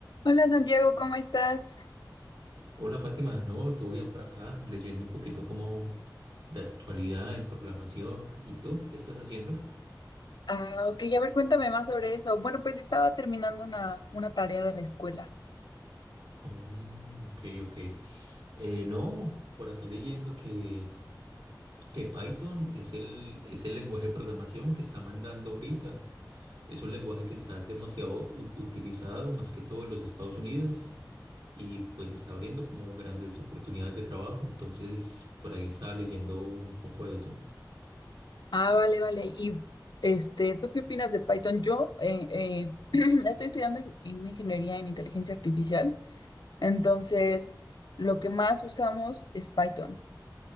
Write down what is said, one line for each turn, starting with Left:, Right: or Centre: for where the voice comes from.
Left: Hola Santiago, ¿cómo estás?
Right: Hola Fátima, no, todo bien por acá, leyendo un poquito como de actualidad en programación. ¿Y tú qué estás haciendo?
Left: Ah, ok, a ver, cuéntame más sobre eso. Bueno, pues estaba terminando una, una tarea de la escuela.
Right: Mm, ok, ok. Eh, no, por acá leyendo que, que Python es el, es el lenguaje de programación que está mandando ahorita. Es un lenguaje que está demasiado u- utilizado, más que todo en los Estados Unidos, y pues está abriendo como grandes oportunidades de trabajo. Entonces, por ahí estaba leyendo un poco de eso.
Left: Ah, vale, vale. Y este, ¿tú qué opinas de Python? Yo eh, eh, <clears throat> estoy estudiando en, en ingeniería en inteligencia artificial, entonces lo que más usamos es Python.